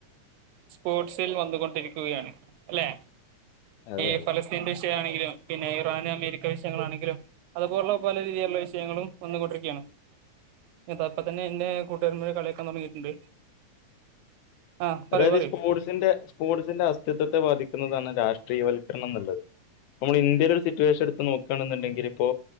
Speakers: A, on the right; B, on the left.
A: സ്പോർട്സിൽ വന്നുകൊണ്ടിരിക്കുകയാണ് അല്ലെ
B: അതെ
A: ഈ
B: അതെ
A: ഫലസ്തീന്റെ ഇ ട്ടാണെങ്കിലും പിന്നെ ഇറാൻ അമേരിക്ക വിഷയങ്ങളാണെങ്കിലും അതുപോലുള്ള പല രീതിയിലുള്ള വിഷയങ്ങളും വന്നു കൊണ്ടിരിക്ക്യാണ് അത അപ്പ തന്നെ എന്റെ കൂട്ടുകാരന്മാരെ കള്യാക്കാൻ തുടങ്ങിയിട്ടുണ്ട് ആഹ് പറയൂ
B: അതായത്ഈ
A: പറയൂ
B: സ്പോർട്സിന്റെ സ്പോർട്സിന്റെസ്ഥ തത്വ ബാധി ക്കുന്നതാണ് രാഷ്ട്രീയവൽക്കരണം എന്ന് ള്ളെ നമ്മൾ ഇന്ത്യയില് ഒരു സിറ്റുവേഷൻ എടുത്ത് നോക്കാണ്ന്ന്ണ്ടെങ്കിൽ ഇപ്പോ